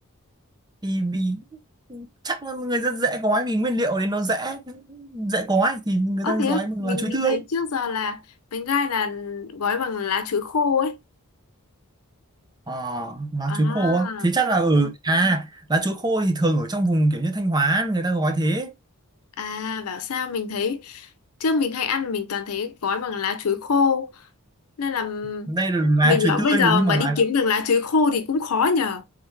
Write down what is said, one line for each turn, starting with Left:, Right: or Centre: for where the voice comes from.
Right: thì vì chắc là người rất dễ gói vì nguyên liệu đấy nó dễ dễ gói thì người
Left: ờ
Right: ta
Left: thế
Right: gói
Left: á,
Right: bằng
Left: mình
Right: lá chuối
Left: mình
Right: tươi
Left: thấy trước giờ là bánh gai là gói bằng lá chuối khô ấy
Right: Ờ, lá
Left: à
Right: chuối khô á thì chắc là ở à lá chuối khô thì thường ở trong vùng kiểu như Thanh Hóa người ta gói thế
Left: À bảo sao mình thấy trước mình hay ăn mình toàn thấy gói bằng lá chuối khô nên là
Right: đây là lá
Left: mình
Right: chuối
Left: bảo
Right: tươi
Left: bây giờ
Right: nhưng
Left: mà
Right: mà lá
Left: đi kiếm được lá chuối khô thì cũng khó nhờ